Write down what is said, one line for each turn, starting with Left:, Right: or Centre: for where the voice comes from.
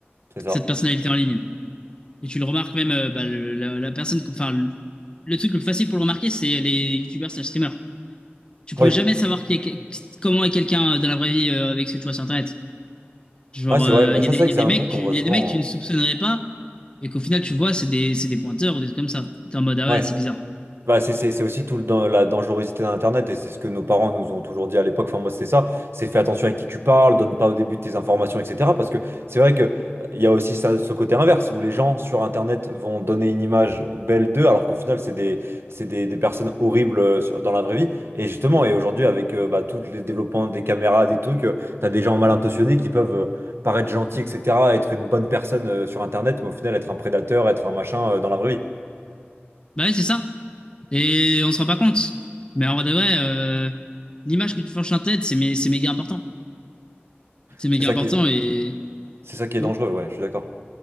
Right: C'est ça.
Left: cette personnalité en ligne. Et tu le remarques même, euh, bah, le- la, la personne. Enfin, le, le truc le plus facile pour le remarquer, c'est les youtubeurs slash streamers. Tu peux
Right: Oui.
Left: jamais savoir qui est que- comment est quelqu'un euh, dans la vraie vie euh, avec ce que tu vois sur Internet. Genre,
Right: Ouais, c'est
Left: euh,
Right: vrai. Bah,
Left: il
Right: ça,
Left: y, a des-
Right: c'est
Left: il
Right: vrai
Left: y
Right: que
Left: a
Right: c'est
Left: des
Right: un
Left: mecs,
Right: truc
Left: tu,
Right: qu'on voit
Left: il
Right: souvent.
Left: y a des mecs tu ne soupçonnerais pas, et qu'au final, tu vois, c'est des, c'est des pointeurs ou des trucs comme ça. T'es en mode, ah
Right: hein.
Left: ouais,
Right: Ouais.
Left: c'est bizarre.
Right: Bah, c'est c'est- c'est aussi tout le, dan- la dangerosité d'Internet et c'est ce que nos parents nous ont toujours dit à l'époque. Enfin, moi, c'était ça. C'est fais attention avec qui tu parles, donne pas au début tes informations, etc. Parce que c'est vrai que euh, il y a aussi ça- ce côté inverse où les gens sur Internet vont donner une image belle d'eux alors qu'au final, c'est des, c'est des, des personnes horribles euh, sur- dans la vraie vie. Et justement, et aujourd'hui, avec euh, bah, tous les développements des caméras, des trucs, euh, t'as des gens mal intentionnés qui peuvent euh, paraître gentils, etc., être une bonne personne euh, sur Internet, mais au final, être un prédateur, être un machin euh, dans la vraie vie.
Left: Bah oui, c'est ça. Et on se rend pas compte. Mais en vrai de vrai, euh, l'image que tu forges en tête, c'est mé- c'est méga important. C'est méga
Right: C'est ça
Left: important
Right: qui est-
Left: et.
Right: C'est ça qui est
Left: Hmm.
Right: dangereux, ouais, je suis d'accord.